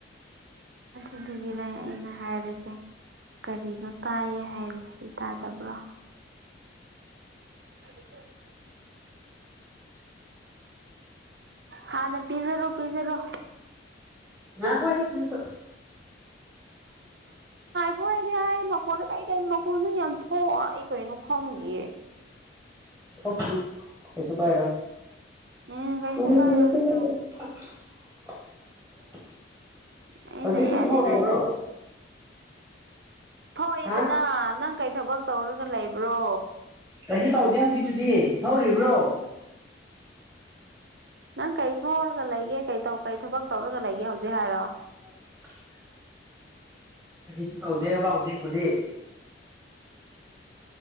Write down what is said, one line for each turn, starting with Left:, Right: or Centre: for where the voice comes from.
Right: ꯑꯗꯨꯗꯤ ꯂꯩ ꯑꯩꯅ ꯍꯥꯏꯔꯤꯁꯦ ꯀꯔꯤꯅꯣ ꯇꯥꯏꯌꯦ ꯍꯥꯏꯔꯤꯁꯦ ꯁꯤ ꯇꯥꯗꯕ꯭ꯔꯣ ꯑꯗꯨ ꯍꯥꯟꯅꯦ ꯄꯤꯖꯔꯣ ꯄꯤꯖꯔꯣ
Centre: ꯉꯥꯏ ꯈꯣ ꯍꯦ ꯅꯪꯁꯨ
Right: ꯍꯣꯏꯅꯦꯥꯏꯌꯦ ꯃꯈꯣꯗ ꯀꯥꯏ ꯇꯥꯏ ꯃꯈꯧꯅ ꯌꯥꯝ ꯊꯣꯛꯏ ꯀꯩꯅꯣ ꯈꯪꯗꯤꯌꯦ
Centre: ꯊꯣꯛꯀꯅꯨ ꯀꯩꯁꯨ ꯀꯥꯏꯔꯣꯏ
Right: ꯎꯝ
Centre: <unintelligible>
Right: ꯀꯩꯁꯨ ꯀꯥꯏꯔꯣꯏ ꯑꯩꯅ
Centre: ꯍꯧꯖꯤꯛꯁꯨ
Right: ꯌꯥꯗꯦ
Centre: ꯊꯣꯛꯂꯤꯕ꯭ꯔꯣ
Right: ꯍꯥꯏ ꯊꯣꯛꯑꯦꯗꯅ
Centre: ꯍꯥ
Right: ꯅꯪ ꯀꯩ ꯊꯕꯛ ꯇꯧꯔꯒ ꯂꯩꯕ꯭ꯔꯣ
Centre: ꯀꯩꯁꯨ ꯇꯥꯎꯗꯦ ꯍꯧꯖꯤꯛ ꯑꯗꯨꯗꯤ ꯊꯩꯔꯤꯕ꯭ꯔꯣ
Right: ꯅꯪ ꯀꯔꯤ ꯁꯣꯔꯒ ꯂꯩꯒꯦ ꯀꯩ ꯀꯩ ꯊꯕꯛ ꯇꯧꯔꯒ ꯂꯩꯒꯦ ꯍꯧꯖꯤꯛ ꯍꯥꯏꯔꯣ
Centre: ꯑꯥ ꯀꯩꯁꯨ ꯇꯧꯗꯦꯕ ꯍꯧꯖꯤꯛꯄꯨꯗꯤ